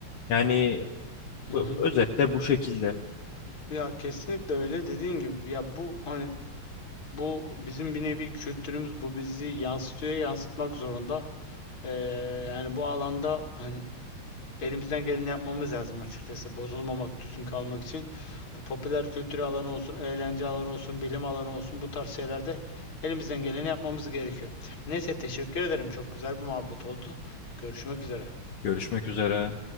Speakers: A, on the left; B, on the left.
A: Yani
B: Hı
A: bu-
B: hı.
A: özetle bu şekilde.
B: Ya kesinlikle öyle dediğin gibi ya bu hani bu bizim bir nevi kültürümüz bu bizi yansıtıyor yansıtmak zorunda. E, yani bu alanda hani Elimizden geleni yapmamız lazım açıkçası. Bozulmamak, düzgün kalmak için. Bu popüler kültür alanı olsun, eğlence alanı olsun, bilim alanı olsun bu tarz şeylerde elimizden geleni yapmamız gerekiyor. Neyse teşekkür ederim. Çok güzel bir muhabbet oldu. Görüşmek üzere.
A: Görüşmek üzere.